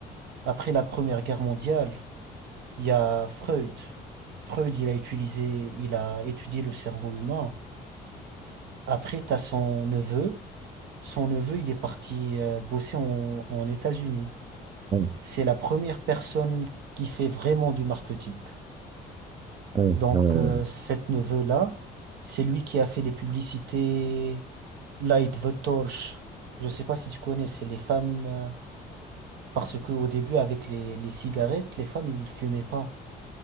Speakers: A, on the right (about 80°); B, on the right (about 25°).
A: Après la Première Guerre mondiale, il y a Freud. Freud, il a utilisé, il a étudié le cerveau humain. Après, t'as son neveu. Son neveu, il est parti euh, bosser en, en États-Unis.
B: Hum,
A: C'est la première personne qui fait vraiment du marketing.
B: hum,
A: Donc,
B: hum,
A: euh, cet neveu-là, c'est lui qui a fait les publicités Light the Torch. Je sais pas si tu connais, c'est les femmes, euh, parce que au début, avec les, les cigarettes, les femmes, ils fumaient pas.